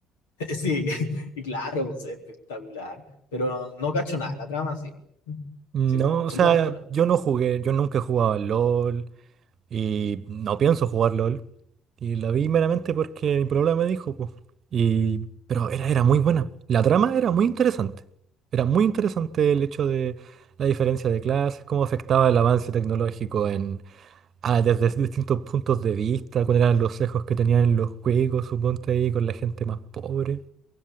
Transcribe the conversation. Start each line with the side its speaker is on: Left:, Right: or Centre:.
Left: <laughs> Sí, y claro, pues, es espectacular, pero no cacho nada, la trama sí,
Right: No,
Left: sí como absolutamente
Right: o sea,
Left: nada.
Right: yo no jugué, yo nunca he jugado al LOL y no pienso jugar LOL. Y la vi meramente porque mi problema me dijo, pues. Y, pero era, era muy buena. La trama era muy interesante. Era muy interesante el hecho de la diferencia de clases, cómo afectaba el avance tecnológico en, ah, desde distintos puntos de vista, cuáles eran los sesgos que tenían los juegos, suponte ahí, con la gente más pobre.